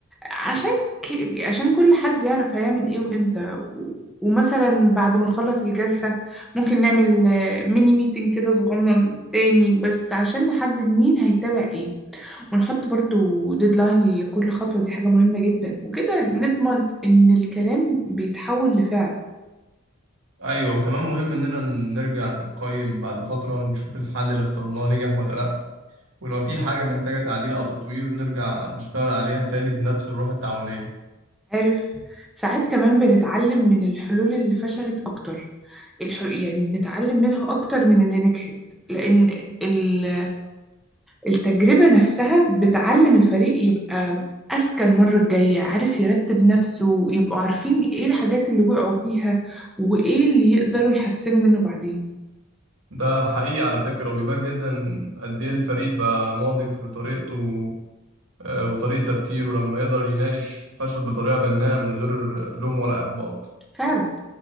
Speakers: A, in the centre; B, on the right (about 80°).
A: عشان ك... عشان كل حد يعرف هيعمل ايه وامتى و... ومثلا بعد ما نخلص الجلسة ممكن نعمل آه، ميني ميتنج كده صغنن تاني بس عشان نحدد مين هيتابع ايه ونحط برضو ديدلاين لكل خطوة دي حاجة مهمة جدا وكده نضمن ان الكلام بيتحول لفعل
B: أيوة وكمان مهم إننا نرجع نقيم بعد فترة نشوف الحل اللي اخترناه نجح ولا لأ ولو في حاجة محتاجة تعديل أو تطوير نرجع نشتغل عليها تاني بنفس الروح التعاونية
A: عارف ساعات كمان بنتعلم من الحلول اللي فشلت اكتر الح... يعني بنتعلم منها اكتر من اللي نجحت لان ال... التجربة نفسها بتعلم الفريق يبقى أذكى المرة الجاية عارف يرتب نفسه ويبقوا عارفين إيه الحاجات اللي وقعوا فيها وإيه اللي يقدروا يحسنوا منه بعدين
B: ده حقيقي على فكرة وبيبان جدا قد إيه الفريق بقى ناضج في طريقته آه، وطريقة تفكيره لما يقدر يناقش الفشل بطريقة بناءة من غير لوم ولا إحباط
A: فعلا